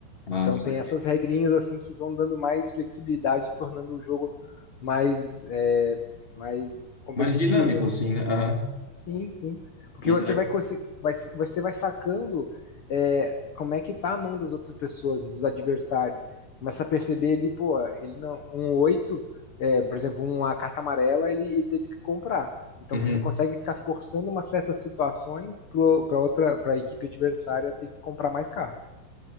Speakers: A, on the left (about 50°); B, on the left (about 15°).
A: Então
B: ah, saquei.
A: tem essas regrinhas assim que vão dando mais flexibilidade, tornando o jogo mais, é, mais competitivo.
B: Mais dinâmico,
A: assim.
B: assim, né? Aham.
A: Sim, sim. Porque
B: E
A: você
B: daí?
A: vai conseguir, vai, você vai sacando é, como é que tá a mão das outras pessoas, dos adversários. Começa a perceber ali, pô, ele não, um 8 é, por exemplo, uma carta amarela, ele, ele teve que comprar. Então
B: Uhum.
A: você consegue ficar forçando umas certas situações para outra, para a equipe adversária ter que comprar mais carta.